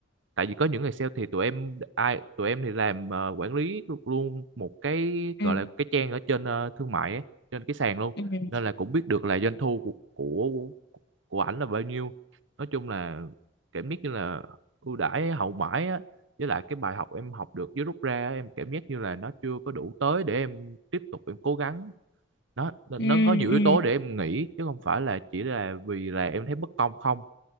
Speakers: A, on the right; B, on the left.
A: tại vì có những người sale thì tụi em ai tụi em thì làm ờ, quản lý lu- luôn một cái
B: ừ
A: gọi là cái trang ở trên ờ, thương mại ấy, trên cái sàn luôn
B: ừ
A: nên là cũng biết được là doanh thu của của của ảnh là bao nhiêu nói chung là cảm giác như là ưu đãi hậu mãi á với lại cái bài học em học được với rút ra á, em cảm giác như là nó chưa có đủ tới để em tiếp tục em cố gắng nó nó
B: ừ
A: nó có nhiều yếu
B: ừ
A: tố để em nghĩ chứ không phải là chỉ là vì là em thấy bất công không